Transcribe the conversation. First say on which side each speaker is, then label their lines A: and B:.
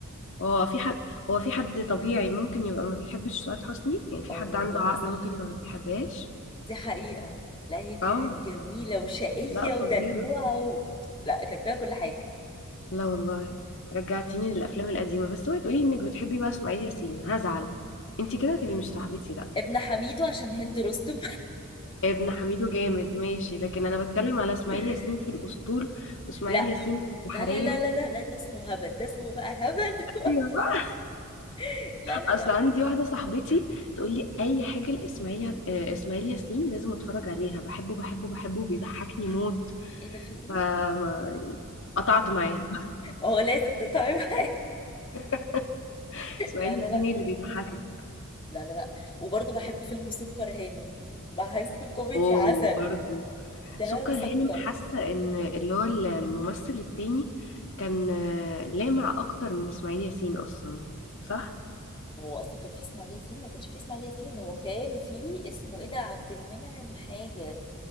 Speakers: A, on the left; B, on the left.
A: هو في حد هو في حد طبيعي ممكن يبقى ما بيحبش سعاد حسني يعني في
B: اه
A: حد
B: والله
A: عنده عقل
B: صح
A: ممكن يبقى ما بيحبهاش
B: دي حقيقة لا هي كانت
A: اه
B: جميلة وشقية
A: لا
B: ودلوعة
A: فظيع
B: و... لا كان فيها كل حاجة
A: لا والله رجعتيني للافلام القديمه بس اوعي تقولي انك بتحبي بقى اسماعيل ياسين هزعل انت كده هتبقي مش صاحبتي لا
B: ابن حميدو عشان هند رستم
A: ابن حميدو جامد ماشي لكن انا بتكلم على اسماعيل
B: <laughs>
A: ياسين في الاسطول واسماعيل
B: لا
A: ياسين في البحريه
B: لا لا لا لا لا لا ده اسمه هبل ده اسمه بقى هبل
A: ايوه صح
B: <laughs> لا لا
A: اصل
B: لا
A: عندي واحده صاحبتي تقول لي اي حاجه لاسماعيل آه، اسماعيل ياسين لازم اتفرج عليها بحبه بحبه بحبه بيضحكني موت
B: ايه ده في ايه
A: فقطعت معاها
B: هو لازم تتعب <laughs>
A: <laughs> اسماعيل
B: لا لا
A: ياسين
B: لا
A: إيه اللي بيضحكك
B: لا لا لا وبرضه بحب فيلم سكر هانم بحسه كوميدي
A: اوه
B: عسل
A: برضه
B: ده
A: سكر
B: مسكر
A: هانم حاسه ان اللي هو الممثل التاني كان آه، لامع اكتر من اسماعيل ياسين اصلا صح
B: هو اصلا كان فيه اسماعيل ياسين ما كانش فيه اسماعيل ياسين هو كان فيه اسمه ايه ده عبد المنعم حاجه